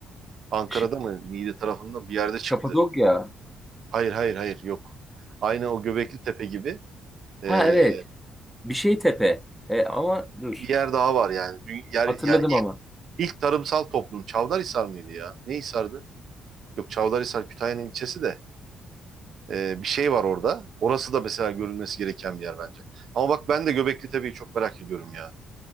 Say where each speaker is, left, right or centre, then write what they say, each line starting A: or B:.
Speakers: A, on the right; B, in the centre.
A: Ankara'da
B: Ş-
A: mı? Niğde tarafında bir yerde çıktı.
B: Kapadokya.
A: Hayır hayır hayır yok. Aynı o Göbekli Tepe gibi ee,
B: Ha evet. Bir şey tepe. E, ama dur.
A: bir yer daha var yani. Dün- yer,
B: Hatırladım
A: yani ilk,
B: ama.
A: ilk tarımsal toplum Çavdarhisar mıydı ya? Ne Hisar'dı? Yok Çavdarhisar Kütahya'nın ilçesi de. Ee, bir şey var orada. Orası da mesela görülmesi gereken bir yer bence. Ama bak ben de Göbekli Tepe'yi çok merak ediyorum ya.